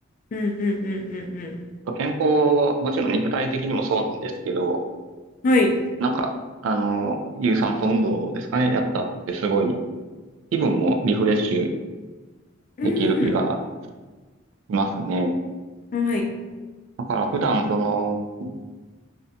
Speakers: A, on the left; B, on the right.
A: うん、うん、うん、うん、
B: あと健康、もちろん肉体的にもそうなんですけど、
A: うん。はい。
B: なんか、あの、有酸素運動ですかね、やった後ってすごい気分もリフレッシュ
A: うん。
B: できる気がしますね。
A: はい。
B: だから普段その、